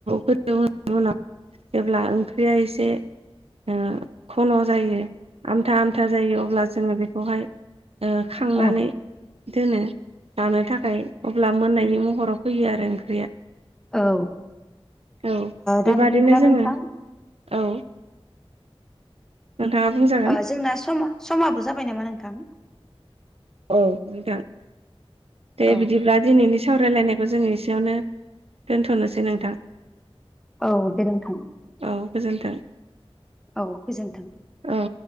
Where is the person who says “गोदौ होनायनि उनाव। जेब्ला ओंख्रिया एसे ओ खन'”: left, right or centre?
Right